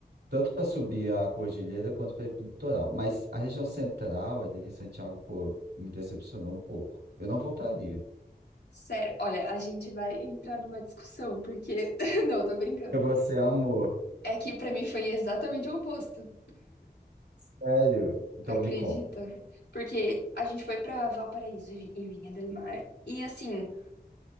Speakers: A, on the right (about 80°); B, on the left (about 80°).
A: Tanto para subir a cordilheira quanto para ir pro litoral. Mas a região central ali, Santiago, pô, me decepcionou um pouco. Eu não voltaria.
B: Sério, olha, a gente vai entrar numa discussão, porque. <laughs> Não, tô brincando.
A: E Você amor.
B: É que pra mim foi exatamente o oposto.
A: Sério? Então
B: Acredita?
A: me conta.
B: Porque a gente foi pra Valparaíso e Vi- e Vinha del Mar. E assim.